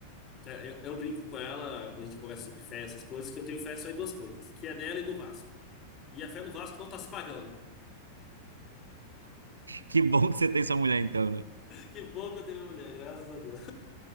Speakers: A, on the left; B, on the right.
A: é, eu, eu brinco com ela quando a gente conversa sobre fé, essas coisas, que eu tenho fé só em duas coisas, que é nela e no Vasco. E a fé no Vasco não tá se pagando.
B: Que bom que você tem sua mulher, então, né?
A: <laughs> Que bom que eu tenho minha mulher, graças a Deus.